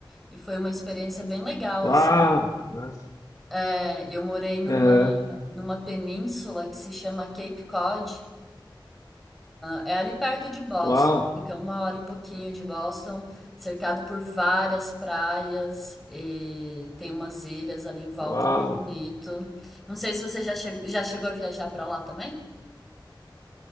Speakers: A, in the centre; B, on the left (about 45°).
A: e foi uma experiência bem legal,
B: Uau!
A: assim.
B: Nossa.
A: É, eu morei numa,
B: Aham.
A: numa península que se chama Cape Cod. É ali perto de Boston,
B: Uau!
A: fica uma hora e pouquinho de Boston, cercado por várias praias e tem umas ilhas ali em volta
B: Uau!
A: muito bonito. Não sei se você já chegou, já chegou a viajar para lá também?